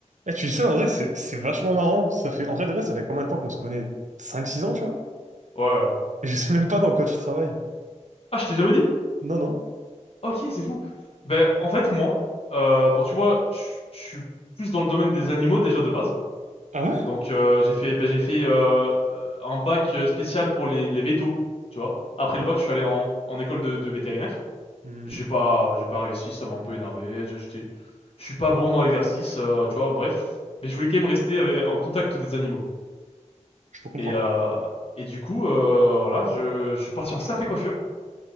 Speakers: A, on the right (about 75°); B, on the left (about 50°).
A: Eh, tu sais, en vrai, c'est c'est vachement marrant. Ça fait, en vrai, de vrai, ça fait combien de temps qu'on se connaît? Cinq six ans, tu vois?
B: Ouais, ouais.
A: Et je sais même pas dans quoi tu travailles.
B: Ah, je t'ai jamais dit?
A: Non, non.
B: Ok, c'est fou. Ben, en fait, moi, euh, bon, tu vois, je je suis plus dans le domaine des animaux déjà de base.
A: Ah ouais?
B: Donc, euh, j'ai fait, ben, j'ai fait euh, euh, un bac euh, spécial pour les, les vétos, tu vois. Après le bac, je suis allé en, en école de, de vétérinaire.
A: Mhm.
B: J'ai pas, j'ai pas réussi, ça m'a un peu énervé. Je- J'étais, je suis pas bon dans l'exercice, euh, tu vois, bref. Mais je voulais quand même rester avec- en contact des animaux.
A: Je peux comprendre.
B: Et, euh, et du coup, euh, voilà, je, je suis parti en sapé coiffure.